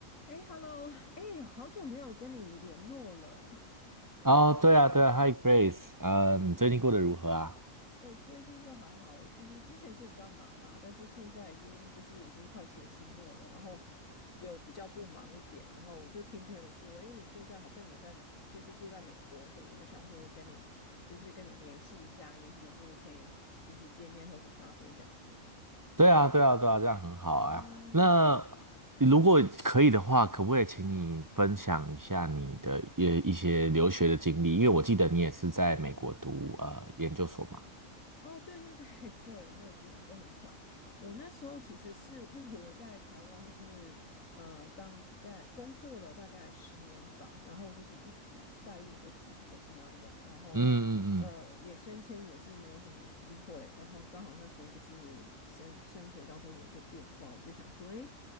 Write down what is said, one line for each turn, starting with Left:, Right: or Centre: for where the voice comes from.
Left: 哎，Hello，哎，好久没有跟你联络了。
Right: 哦，对啊，对啊，Hi Grace，嗯，你最近过得如何啊？
Left: <laughs> 我最近就还好，就是之前是比较忙啦，但是现在已经就是已经快学期末了，然后 <laughs> 有比较不忙一点。然后我就听朋友说，哎，你现在好像也在，就是住在美国，所以我就想说跟你就是跟你联系一下，也许有时候可以就是见面喝个咖啡这样子。
Right: 对啊，对啊，对啊，这样很好啊。
Left: 哦，
Right: 那如果可以的话，可不可以请你分享一下你的呃一些留学的经历？因为我记得你也是在美国读呃研究所嘛。
Left: 哦，对对对 <laughs> 对，我也是就很巧。我那时候其实是因为我在台湾，就是呃，当在工作了大概十年吧，然后就是一直待遇就是一直都是那样，然后呃也升迁也是没有什么机会，
Right: 嗯嗯嗯，
Left: 然后刚好那时候就是生生活当中有一些变化，我就想说，诶，